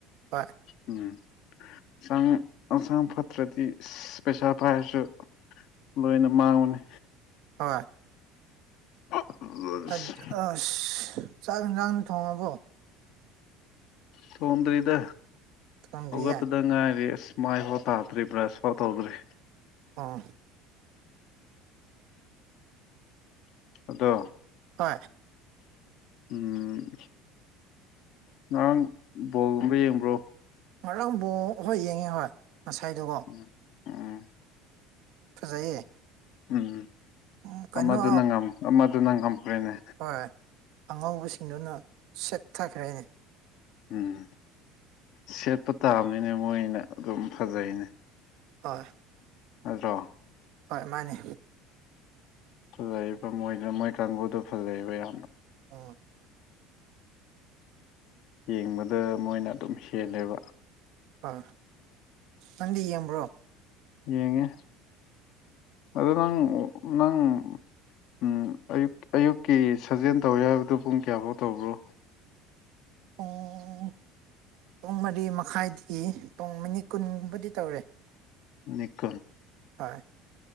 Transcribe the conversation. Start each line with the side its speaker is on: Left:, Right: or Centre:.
Right: ꯍꯣꯏ
Left: ꯎꯝ ꯍꯛꯆꯥꯡ ꯍꯛꯆꯥꯡ ꯐꯠꯇ꯭ꯔꯗꯤ ꯄꯩꯁꯥ ꯄꯥꯏꯔꯁꯨ ꯂꯣꯏꯅ ꯃꯥꯡꯕꯅꯦ
Right: ꯍꯣꯏ
Left: ꯑꯁ
Right: ꯑ ꯑꯁ ꯆꯥꯛ ꯑꯦꯟꯁꯥꯡ ꯊꯣꯡꯉꯕꯣ
Left: ꯊꯣꯡꯗ꯭ꯔꯤꯗ
Right: ꯊꯣꯡꯗ꯭ꯔꯤꯌꯦ
Left: ꯍꯧꯒꯠꯄꯗ ꯉꯥꯏꯔꯤ ꯃꯥꯏꯐꯥꯎ ꯇꯥꯗ꯭ꯔꯤ ꯕ꯭ꯔꯁꯐꯥꯎ ꯇꯧꯗ꯭ꯔꯤ
Right: ꯑꯣ
Left: ꯑꯗꯣ
Right: ꯍꯣꯏ
Left: ꯎꯝ ꯉꯔꯥꯡ ꯕꯣꯜꯒꯨꯝꯕ ꯌꯦꯡꯕ꯭ꯔꯣ
Right: ꯉꯔꯥꯡꯕꯣꯜ ꯍꯣꯏ ꯌꯦꯡꯉꯦ ꯍꯣꯏ ꯉꯁꯥꯏꯗꯨꯀꯣ
Left: ꯎꯝ ꯎꯝ
Right: ꯐꯖꯩꯌꯦ
Left: ꯎꯝ
Right: ꯎꯝ ꯀꯩꯅꯣ
Left: ꯑꯃꯗꯨꯅ ꯉꯝ ꯑꯃꯗꯨꯅ ꯉꯝꯈ꯭ꯔꯦꯅꯦ
Right: ꯍꯣꯏ ꯑꯉꯧꯕꯁꯤꯡꯗꯨꯅ ꯁꯦꯠꯊꯈ꯭ꯔꯦꯅꯦ
Left: ꯎꯝ ꯁꯦꯠꯄ ꯇꯥꯕꯅꯤꯅꯦ ꯃꯣꯏꯅ ꯑꯗꯨꯝ ꯐꯖꯩꯅꯦ
Right: ꯍꯣꯏ
Left: ꯑꯗꯣ
Right: ꯍꯣꯏ ꯃꯥꯅꯦ
Left: ꯐꯖꯩꯕ ꯃꯣꯏꯗꯣ ꯃꯣꯏ ꯀꯥꯡꯕꯨꯗꯨ ꯐꯖꯩꯌꯦꯕ ꯌꯥꯝꯅ
Right: ꯎꯝ
Left: ꯌꯦꯡꯕꯗ ꯃꯣꯏꯅ ꯑꯗꯨꯝ ꯍꯦꯜꯂꯦꯕ
Right: ꯑꯥ ꯅꯪꯗꯤ ꯌꯦꯡꯕ꯭ꯔꯣ
Left: ꯌꯦꯡꯉꯦ ꯑꯗꯣ ꯅꯪ ꯅꯪ ꯎꯪ ꯑꯌꯨꯛ ꯑꯌꯨꯛꯀꯤ ꯁꯥꯖꯦꯜ ꯇꯧꯋꯦ ꯍꯥꯏꯕꯗꯣ ꯄꯨꯡ ꯀꯌꯥꯐꯥꯎ ꯇꯧꯕ꯭ꯔꯣ
Right: ꯄꯨꯡ ꯎꯪ ꯄꯨꯡ ꯃꯔꯤ ꯃꯈꯥꯏꯗꯒꯤ ꯄꯨꯡ ꯃꯤꯅꯤꯠ ꯀꯨꯟꯒꯨꯝꯕꯗꯤ ꯇꯧꯔꯦ
Left: ꯃꯤꯅꯤꯠ ꯀꯨꯟ
Right: ꯑꯥꯏ